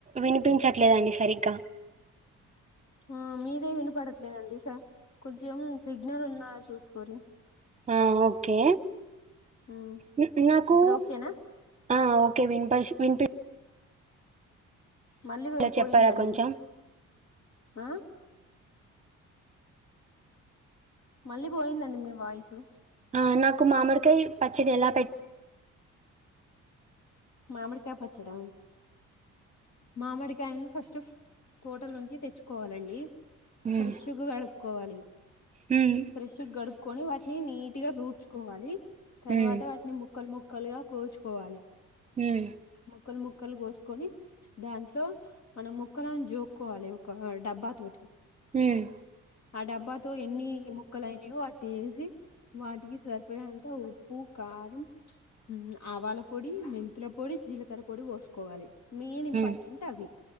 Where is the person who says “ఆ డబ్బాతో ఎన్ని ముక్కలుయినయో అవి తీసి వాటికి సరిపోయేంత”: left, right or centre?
Left